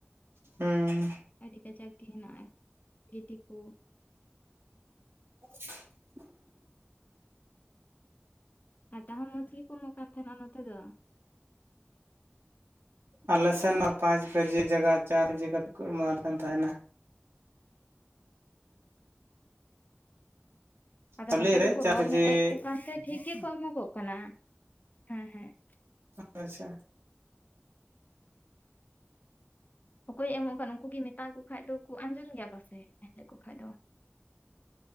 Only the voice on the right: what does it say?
ᱦᱩᱸ
<inaudible>
ᱟᱞᱮ ᱥᱮᱱ ᱢᱟ ᱯᱟᱸᱪ ᱠᱮᱡᱤ ᱡᱟᱜᱟ ᱪᱟᱨ ᱠᱮᱡᱤ ᱠᱟᱛᱮᱫ ᱠᱚ ᱮᱢᱟᱣ ᱟᱞᱮ ᱠᱟᱱ ᱛᱟᱦᱮᱱᱟ ᱾
ᱪᱟᱣᱞᱮ
ᱨᱮ
ᱪᱟᱨ
ᱠᱮᱡᱤ
ᱟᱪᱪᱷᱟ ᱾